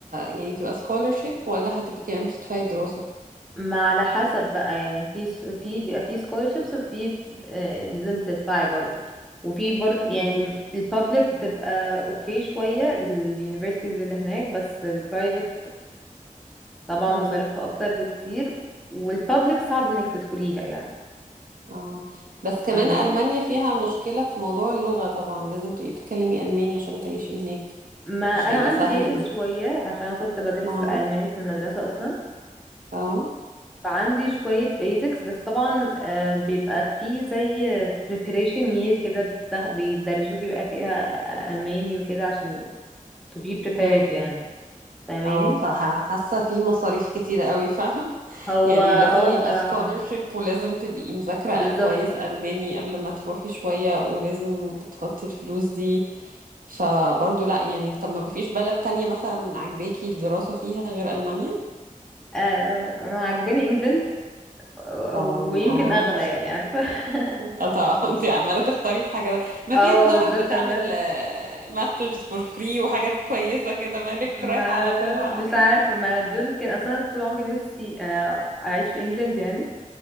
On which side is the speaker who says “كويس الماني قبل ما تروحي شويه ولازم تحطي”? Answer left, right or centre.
Right